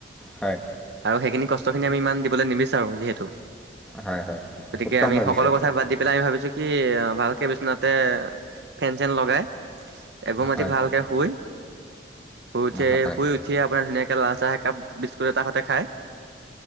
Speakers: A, in the centre; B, on the right.
A: হয়
B: আৰু সেইখিনি কষ্ট কষ্ট খিনি আমি ইমান দিবলৈ নিবিচাৰো যিহেতু
A: হয় হয়
B: গতিকে
A: উত্তম
B: আমি
A: ভাবিছে
B: সকলো কথা বাদ দি পেলাই আমি ভাবিছো কি ভালকে বিচনাত তে ফেন চেন লগাই এঘুমটি
A: হয়
B: ভালকে শুই শুই উঠিয়
A: হয়
B: শুই উঠিয়ে আপোনাৰ ধুনীয়াক। লাল চাহ একাপ বিস্কুট এটা সতে খায়।